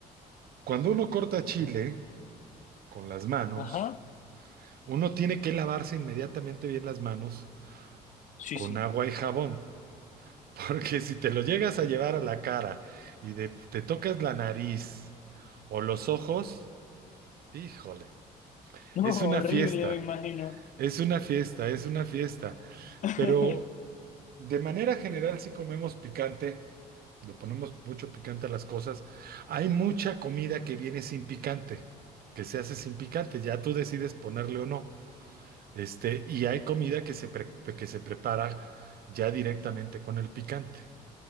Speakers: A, on the right (about 45°); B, on the left (about 35°).
A: cuando uno corta chile con las manos,
B: Ajá.
A: uno tiene que lavarse inmediatamente bien las manos
B: Sí,
A: con
B: sí.
A: agua y jabón, <laughs> porque si te lo llegas a llevar a la cara y de- te tocas la nariz o los ojos, híjole,
B: <laughs> No,
A: es
B: horrible,
A: una fiesta,
B: me imagino.
A: es una fiesta, es una fiesta,
B: <laughs>
A: pero de manera general si comemos picante, le ponemos mucho picante a las cosas, hay mucha comida que viene sin picante. que se hace sin picante, ya tú decides ponerle o no. Este, y hay comida que se pre- que se prepara ya directamente con el picante.